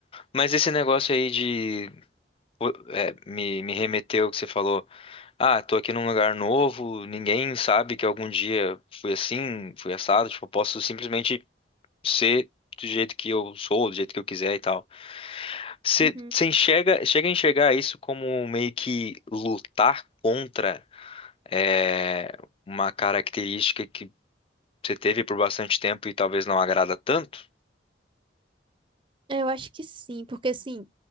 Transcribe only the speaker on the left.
Mas esse negócio aí de. pô, é, me, me remeteu ao que você falou Ah, tô aqui num lugar novo, ninguém sabe que algum dia fui assim, fui assado, tipo, eu posso simplesmente ser do jeito que eu sou, do jeito que eu quiser e tal. Você
você enxerga, chega a enxergar isso como meio que lutar contra é, uma característica que você teve por bastante tempo e talvez não agrada tanto?